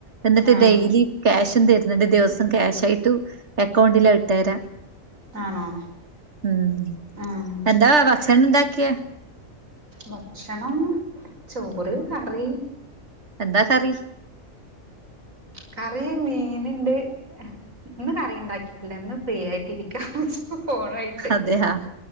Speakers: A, on the right; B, on the right.
A: എന്നിട്ട്
B: ആഹ്
A: ഡെയിലി കാശ് തരുന്ണ്ട് ദിവസം ക്യാശ് ആയിട്ടു അക്കൗണ്ടില ഇട്ടേരാ
B: ആണോ
A: മം
B: ആഹ്
A: എന്താ ഭക്ഷണം ണ്ടാക്കിയെ
B: ഭക്ഷണം ചോറ് കറി
A: എന്താ കറി
B: കറി മീൻണ്ട് ഇന്ന് കറി ണ്ടാക്കിയിട്ടില്ല ഇന്ന് ഫ്രീ ആയിട്ട് ഇരിക്കാംന്നു വെച്ചു ഫോണയിട്ട്
A: അതെയാ